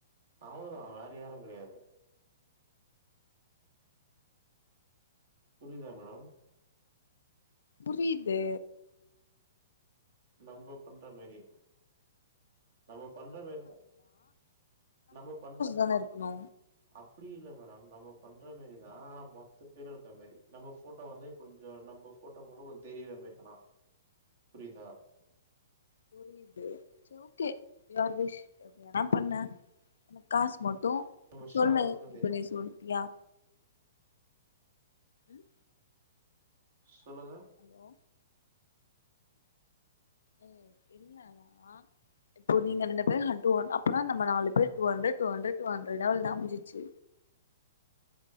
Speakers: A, on the right; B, on the left.
A: அவ்ளோதா வேற யாரு கெடையாது புரிதா மேடம்
B: புரிது
A: நம்ப பண்ற மேரி நம்ம பண்ற மேர் நம்ம பண்ற
B: என்ன இருக்கணு
A: அப்டி இல்ல மேடம் நம்ம பண்ற மேரிதா ஆனா மொத்த பேர் இருக்க மேரி நம்ம ஃபோட்டோ வந்து கொஞ்சோ நம்ம ஃபோட்டோ மொகோ கொஞ்சோ தெரிராமாரி அனா புரிதா
B: புரிது சேர் ஓகே யூஅர் விஷ் எப்டி வேணா பண்ணு எனக் காசு மட்டு
A: நம்ம
B: சொல்லு
A: ஷேர் வரைக்கு
B: இப்பவே
A: தெரியுமா
B: சொல்ட்டியா ம்
A: சொல்லுங்க
B: ஹலோ ஏ இல்லல்ல அ இப்போ நீங்க ரெண்டு பேர் ஹண் டூஹண்டரட் அப்பனா நம்ப நாலு பேர் டூஹண்ரட் டூஹண்ரட் டூஹண்ரடா அவ்ளோ தான் முஞ்சிச்சி